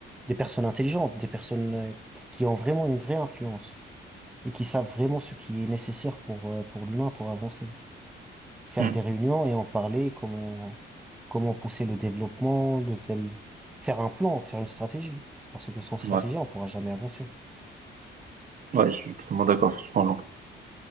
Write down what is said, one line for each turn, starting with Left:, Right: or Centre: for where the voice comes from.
Centre: des personnes intelligentes, des personnes euh, qui qui ont vraiment une vraie influence et qui savent vraiment ce qui est nécessaire pour, euh, pour l'humain pour avancer. Faire
Right: Mmh.
Centre: des réunions et en parler, comment, comment pousser le développement de tel, faire un plan, faire une stratégie. Parce que sans stratégie,
Right: Ouais,
Centre: on pourra jamais avancer.
Right: ouais, je suis totalement d'accord sur ce point-là.